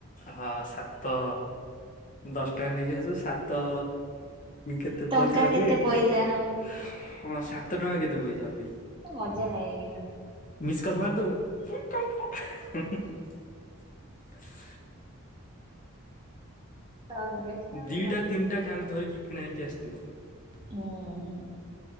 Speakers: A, on the left; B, on the right.
A: ହଁ ସାତ ଦଶଟାରେ ନେଇକି ଆସୁ ସାତ କେତେ
B: ଟଙ୍କା
A: ପଇସା
B: କେତେ
A: ହୁଏ
B: ପଇସା
A: ହଁ ସାତ ଟଙ୍କା କେତେ ପଇସା ହୁଏ।
B: ମଜା ଲାଗେ କିନ୍ତୁ।
A: ମିସ୍ କଲ୍ ମାରିଦେବୁ ପୁଣି <inaudible>
B: କାଉଁରୀଆ ଛୁଆ ବେଳେ
A: ଦିଟା
B: ମଜା।
A: ତିନିଟା କାର୍ଡ ଧରିକି କିଣା ହେଇକି ଆସିଥିବ।
B: ହଁ।